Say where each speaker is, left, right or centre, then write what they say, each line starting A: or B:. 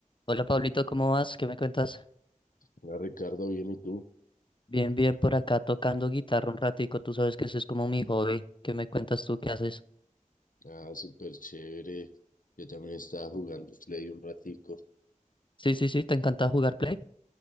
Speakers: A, on the left; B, on the left.
A: Hola Pablito, ¿cómo vas? ¿Qué me cuentas?
B: Hola Ricardo, bien, ¿y tú?
A: Bien, bien, por acá tocando guitarra un ratico, tú sabes que eso es como mi hobby. ¿Qué me cuentas tú? ¿Qué haces?
B: Ah, súper chévere. Yo también estaba jugando Play un ratico.
A: Sí, sí, sí, ¿te encanta jugar Play?